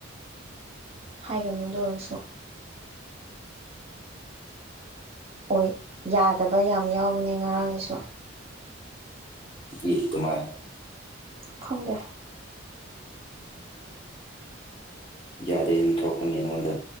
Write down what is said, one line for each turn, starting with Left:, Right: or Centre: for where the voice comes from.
Right: ꯍꯥꯏꯒꯅꯨꯗ ꯑꯣꯏꯔꯁꯨ ꯑꯣꯏ ꯌꯥꯗꯕ ꯌꯥꯝ ꯌꯥꯎꯕꯅꯤ ꯉꯔꯥꯡꯒꯤꯁꯨ
Left: ꯏ ꯇꯨꯃꯥꯏ
Right: ꯈꯪꯒꯦ
Left: ꯌꯥꯗꯦ ꯊꯣꯛꯄꯅꯤꯅ ꯃꯗ